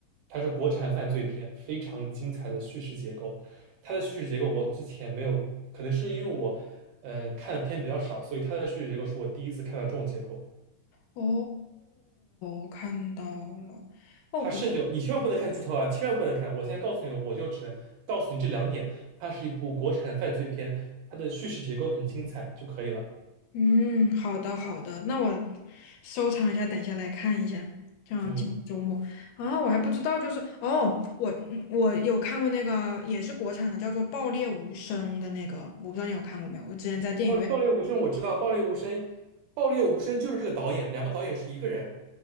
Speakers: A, on the right; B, on the left.
A: 它是国产犯罪片，非常精彩的叙事结构。它的叙事结构我之前没有，可能是因为我，呃，看的片比较少，所以它的叙事结构是我第一次看到这种结构。
B: 哦，我看到了，哦，
A: 它甚至有你千万不能看剧透啊，
B: 国，
A: 千万不能看！我现在告诉你了，我就只能告诉你这两点。它是一部国产犯罪片，它的叙事结构很精彩就可以了。
B: 嗯，好的好的，那我收藏一下，等一下来看一下，这样今天周末啊，
A: 嗯。
B: 我还不知道，就是哦，我嗯我有看过那个也是国产的，叫做《爆裂无声》的那个，我不知道你有看过没有？我之前在电影院。
A: 爆裂爆裂无声我知道，爆裂无声，爆裂无声就是这个导演，两个导演是一个人，